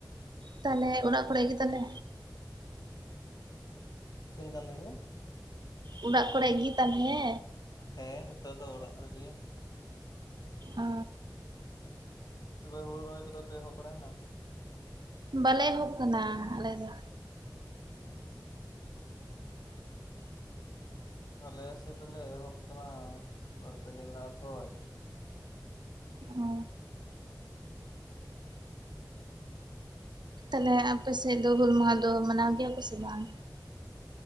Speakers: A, on the right; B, on the left.
A: ᱛᱟᱦᱚᱞᱮ ᱚᱲᱟᱜ ᱠᱚᱨᱮ ᱜᱮ ᱛᱟᱞᱮ
B: ᱪᱮᱫᱠᱟ ᱞᱟᱹᱭ ᱠᱮᱫᱟ
A: ᱚᱲᱟᱜ ᱠᱚᱨᱮ ᱜᱮ ᱛᱟᱞᱦᱮ
B: ᱦᱮᱸ ᱱᱤᱛᱳᱜ ᱫᱚ ᱚᱲᱟᱜ ᱨᱮᱜᱮ
A: ᱚ
B: ᱛᱚᱵᱮ ᱦᱩᱲᱩ ᱨᱚᱦᱚᱭ ᱠᱚᱫᱚ ᱯᱮ ᱮᱦᱚᱵ ᱵᱟᱲᱟᱭᱮᱱᱟ
A: ᱵᱟᱞᱮ ᱮᱦᱚᱵ ᱠᱟᱱᱟ ᱟᱞᱮ ᱫᱚ
B: <unintelligible> ᱟᱞᱮ ᱥᱮᱫ ᱫᱚᱞᱮ ᱮᱦᱚᱵ ᱠᱟᱱᱟ ᱵᱟᱨᱯᱮ ᱫᱤᱱ ᱞᱟᱦᱟ ᱠᱷᱚᱡ
A: ᱚ ᱛᱟᱦᱚᱞᱮ ᱟᱯᱮᱥᱮᱫ ᱫᱚ ᱦᱩᱞ ᱢᱟᱦᱟ ᱫᱚ ᱢᱟᱱᱟᱣ ᱜᱮᱭᱟ ᱠᱚ ᱥᱮ ᱵᱟᱝ